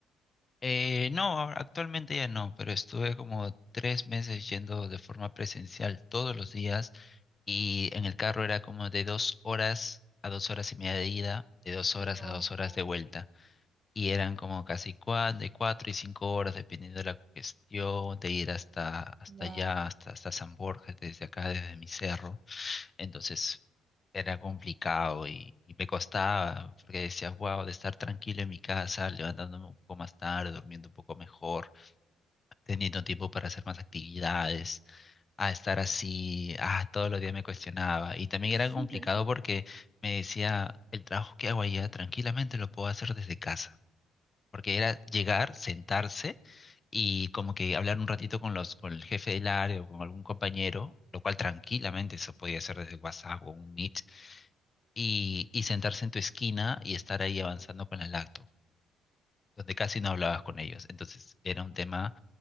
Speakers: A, on the left; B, on the right.
A: Eh, no, ahora- actualmente ya no, pero estuve como tres meses yendo de forma presencial todos los días y en el carro era como de dos horas a dos horas y media de ida, de dos
B: No,
A: horas a dos horas de vuelta
B: no.
A: y eran como casi cuatro de cuatro y cinco horas dependiendo de la cuestión de ir hasta, hasta
B: Wow.
A: allá, hasta, hasta San Borja, desde acá, desde mi cerro. Entonces era complicado y, y me costaba, porque decía, wow, de estar tranquilo en mi casa, levantándome un poco más tarde, durmiendo un poco mejor, teniendo tiempo para hacer más actividades, a estar así, ah, todos los días me cuestionaba. Y también
B: <laughs>
A: era complicado
B: Ujú.
A: porque me decía, el trabajo que hago allá tranquilamente lo puedo hacer desde casa, porque era llegar, sentarse y como que hablar un ratito con los, con el jefe del área o con algún compañero, lo cual tranquilamente se podía hacer desde WhatsApp o un Meet y, y sentarse en tu esquina y estar ahí avanzando con la lacto, donde casi no hablabas con ellos. Entonces era un tema